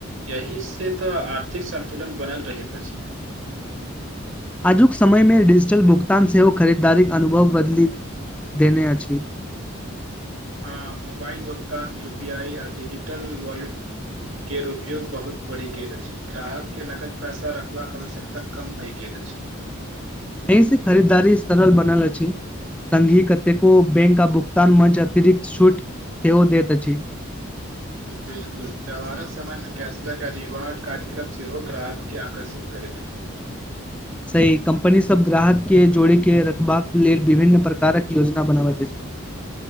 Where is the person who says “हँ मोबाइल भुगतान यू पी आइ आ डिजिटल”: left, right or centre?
Right